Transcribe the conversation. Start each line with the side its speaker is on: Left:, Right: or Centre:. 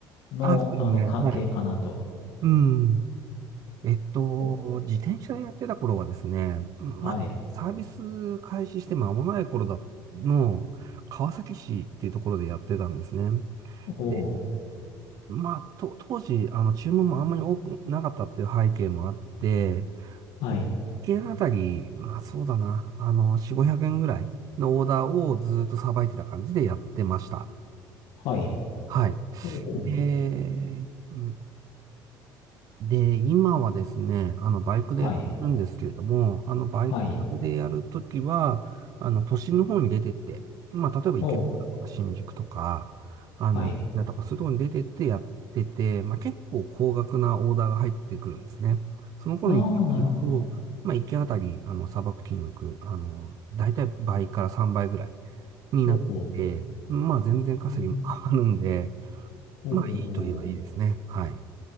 Left: の、
Right: あ、そうですね。
Left: あの、
Right: はい。
Left: 関係かなと。
Right: うん。えっと、
Left: お、
Right: 自転車でやってた頃はですね、ま、
Left: はい。
Right: サービス開始して間もない頃だの、川崎市っていうところでやってたんですね。
Left: おう、
Right: でまあ、と、当時、あの、注文もあんまり多くなかったっていう背景もあって、
Left: はい。
Right: 1件あたり、まあそうだな、あの、4、500円ぐらいのオーダーをずっとさばいてた感じでやってました。
Left: はい。
Right: はい。
Left: おうほう。
Right: で、うんで、今はですね、あの、バイクでやってるんですけれども、
Left: はい。
Right: あの、バイクでやるときは、
Left: はい。
Right: あの、都心の方に出てって、まあ、例えば池袋とか新宿とか、
Left: おうほう。
Right: あの、
Left: はい。
Right: だとかそういうところに出てってやってて、まあ、結構高額なオーダーが入ってくるんですね。その頃に比べると、
Left: ああ、なるほど。
Right: まあ、1件あたり、あの、砂漠金額、あの、だいたい倍から3倍ぐらいになってて、
Left: おうほ
Right: まあ、全然稼ぎも変わるんで、
Left: う。えー、おうおうおう
Right: まあ、いいといえばいいですね。はい。